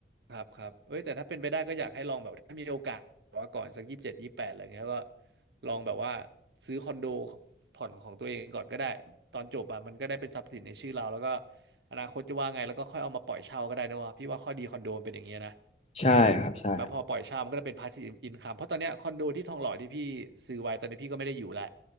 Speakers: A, on the right; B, on the left.
A: ครับครับเอ้ยแต่ถ้าเป็นไปได้ก็อยากให้ลองแบบถ้ามีโอกาสแบบว่าก่อนสักยี่สิบเจ็ดยี่สิบแปดอะไรเงี้ยก็ลองแบบว่าซื้อคอนโดผ่อนของตัวเองก่อนก็ได้ตอนจบอะมันก็ได้เป็นทรัพย์สินในชื่อเราแล้วก็อนาคตจะว่าไงแล้วก็ค่อยเอามาปล่อยเช่าก็ได้นะวะพี่ว่าข้อดีคอนโดมันเป็นอย่างเงี้ยนะ
B: ใช่ครับใช่ครับ
A: แล้วพอปล่อยเช่ามันก็จะเป็น passive income เพราะตอนเนี้ยคอนโดที่ทองหล่อที่พี่ซื้อไว้ตอนนี้พี่ก็ไม่ได้อยู่ละ